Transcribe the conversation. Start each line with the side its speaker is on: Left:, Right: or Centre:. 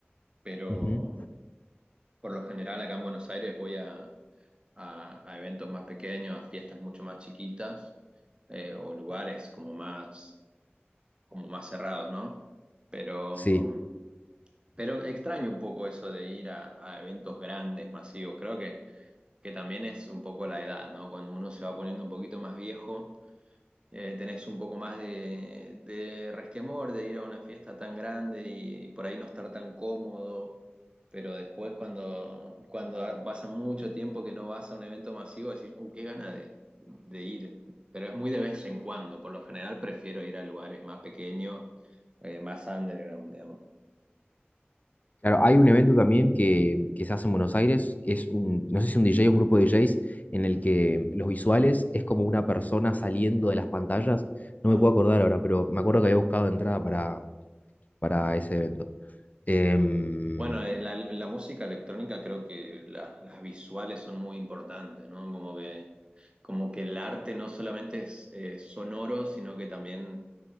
Right: pero
Left: Ujú.
Right: por lo general acá en Buenos Aires voy a a, a eventos más pequeños, a fiestas mucho más chiquitas eh, o lugares como más, como más cerrados, ¿no? Pero,
Left: Sí.
Right: pero extraño un poco eso de ir a, a eventos grandes, masivos. Creo que, que también es un poco la edad, ¿no? Cuando uno se va poniendo un poquito más viejo eh, tenés un poco más de, de resquemor de ir a una fiesta tan grande y por ahí no estar tan cómodo, pero después cuando, cuando pasa mucho tiempo que no vas a un evento masivo, decís, uh, qué gana de, de ir, pero es muy de vez en cuando, por lo general prefiero ir a lugares más pequeños, eh, más underground, digamos.
Left: Claro, hay un evento también que, que se hace en Buenos Aires, que es un, no sé si un DJ o un grupo de DJs, en el que los visuales es como una persona saliendo de las pantallas.
Right: Ah.
Left: No me puedo acordar ahora, pero me acuerdo que había buscado entrada para, para ese evento. Em,
Right: Bueno, en la, en la música electrónica creo que la- las visuales son muy importantes, ¿no? Como que, como que el arte no solamente es eh, sonoro, sino que también